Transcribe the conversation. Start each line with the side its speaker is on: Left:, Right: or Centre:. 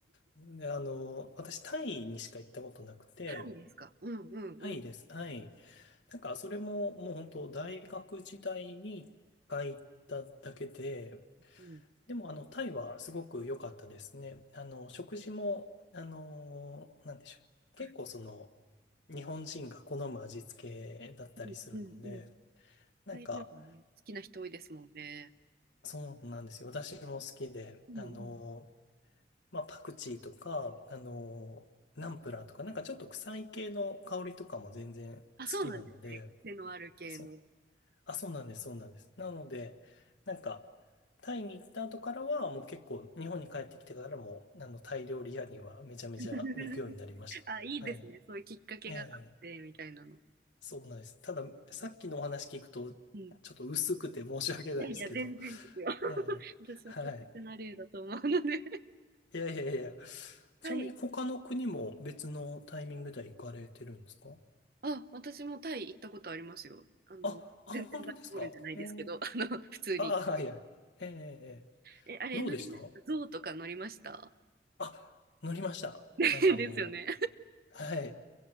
Left: の。で、あのー私、タイにしか行ったことなくて、
Right: タイですかうんうんうん
Left: タイです。はい。なんか、それも、もう本当、大学時代に一回行っただけで、
Right: うんうん
Left: でも、あの、タイはすごく良かったですね。あの、食事も、あの、なんでしょう。
Right: はい
Left: 結構その、日本人が好む味付けだったりするので、
Right: うんうんうん
Left: なんか、
Right: タイ料理ね好きな人多いですもんね。
Left: そうなんですよ。私も好きで、
Right: うんうん
Left: あの、まあ、パクチーとか、あの、ナンプラーとか、なんかちょっと臭い系の香りとかも全然好きなので、
Right: あ、そうなんですね。癖のある系の。
Left: そあ、そうなんです、そうなんです。なので、なんか、タイに行った後からは、もう結構、日本に帰ってきてからも、あの、タイ料理屋にはめちゃめちゃ行くようになりました。
Right: <laughs> あ、いいですね。
Left: はい。
Right: そういうきっかけがあって、
Left: ええ、
Right: みたいなの。
Left: そうなんです。ただ、さっきのお話聞くと、
Right: うんうん。い
Left: ちょっと薄くて申し訳ないですけど、
Right: やいや、全然ですよ。<laughs>
Left: ええ、
Right: 私は特別な例だと思うので。
Left: はい。いやいやいや。ちなみに、
Right: はい。
Left: 他の国も別のタイミングでは行かれてるんですか
Right: あ、私もタイ行ったことありますよ。あの、
Left: あ、あ、
Right: 全然バレボールじゃないですけど、
Left: 本当ですかええ、
Right: あの、普通に。
Left: ああ、はいはい。ええ、ええ
Right: え、あれ乗りました象とか乗りました
Left: どうでしたあ、乗りました。
Right: <laughs> ですよね。
Left: あの、はい。